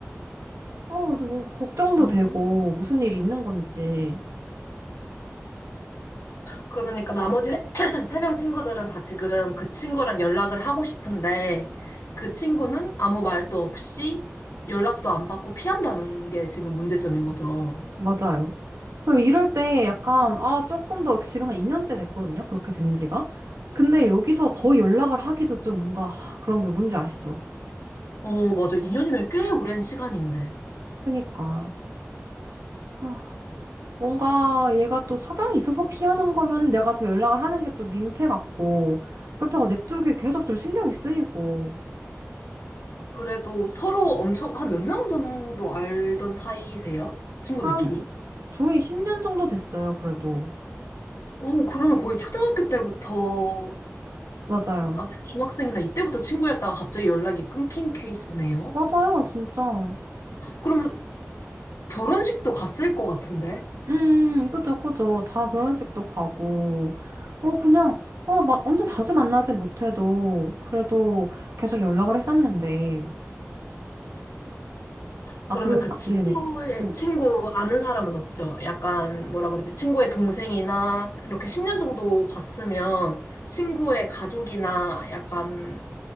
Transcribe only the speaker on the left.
음.
그러니까 나머지 <clears throat> 세 명 친구들은 다 지금 그 친구랑 연락을 하고 싶은데 그 친구는 아무 말도 없이 연락도 안 받고 피한다는 게 지금 문제점인 거죠.
어, 맞아. 2년이면 꽤 오랜 시간인데.
그래도 서로 엄청 한 몇 년 정도 알던 사이세요? 친구들끼리?
어, 그러면 거의 초등학교 때부터
아니면 중학생이나 이때부터 친구였다가 갑자기 연락이 끊긴 케이스네요.
그러면 결혼식도 갔을 것 같은데?
그러면
그
친구의
친구 아는 사람은 없죠. 약간 뭐라 그러지? 친구의 동생이나 이렇게 10년 정도 봤으면 친구의 가족이나 약간